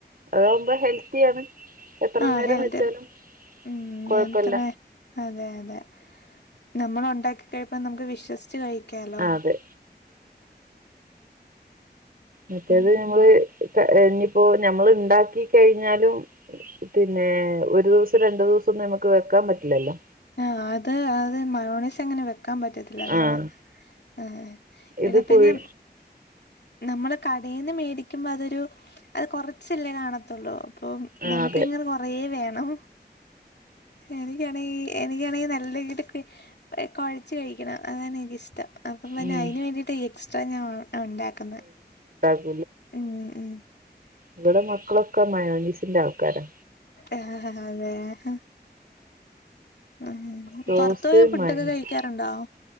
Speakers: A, on the right; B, on the left.
A: അതാവുമ്പോ ഹെൽത്തിയാണ് എത്ര
B: ആഹ്
A: നേരം
B: ഹെൽത്ത്
A: വെച്ചാലും
B: ഉം
A: കൊഴപ്പല്ല
B: എത്രെ അതെ അതെ നമ്മളൊണ്ടാക്കി കഴിപ്പ നമുക്ക് വിശ്വസിച്ച് കഴിക്കാലോ
A: ആഹ് അതെ മറ്റേത്
B: ഉം
A: ഞമ്മള് ഇപ്പോ ഇന്നിപ്പോ ഞമ്മളുണ്ടാക്കി കഴിഞ്ഞാലും പിന്നെ ഒരു ദിവസം രണ്ടു ദിവസൊന്നും നമുക്ക് വെക്കാൻ പറ്റില്ലല്ലോ
B: ആ അത് അത് മയോണെസ് എങ്ങനെ വെക്കാൻ പറ്റത്തില്ല അതാണ്
A: ആഹ്
B: ആഹ്
A: ഇത്
B: എന്നാ
A: പുഴു
B: പിന്നെ നമ്മള് കടയിന്ന് മേടിക്കുമ്പോ അതൊരു അത് കൊറച്ചല്ലേ കാണത്തൊള്ളൂ അപ്പൊ
A: ആഹ്
B: നമുക്കിങ്ങനെ
A: അതെ
B: കൊറെ വേണം എനിക്കാണെങ്കി എനിക്കാണെങ്കിൽ നല്ല ഈതൊക്കി കൊഴച്ച് കഴിക്കണം അതാണ് എനിക്കിഷ്ടം അപ്പം പിന്നെ
A: ഉം
B: അയിന് വേണ്ടിയിട്ട് ഈ എക്സ്ട്രാ ഞാൻ ഉണ്ടാക്കുന്നെ
A: ല
B: ഉം ഉം
A: ഇവിടെ മക്കളൊക്കെ മനോനീസിന്റെ ആൾക്കാരാ
B: ആഹഹാ ങേഹെ ഉം
A: സോസ്
B: പൊറത്തു പോയി ഫുഡൊക്കെ
A: മയോനീസ്
B: കഴിക്കാറുണ്ടോ